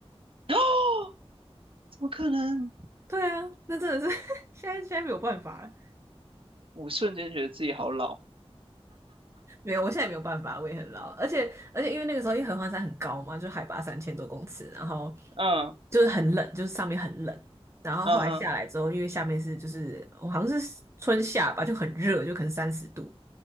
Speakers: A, on the right; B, on the right.
A: <gasps> 怎么可能？
B: 对啊，那真的是 <laughs> 现在现在没有办法了。
A: 我瞬间觉得自己好老。
B: 没有，我现在也没有办法，我也很老，而且而且因为那个时候因为合欢山很高嘛，就海拔三千多公尺，然后
A: 嗯
B: 就是很冷，就是上面很冷，然后后来下来之后，
A: 嗯哼，
B: 因为下面是就是我好像是春夏吧，就很热，就可能三十度，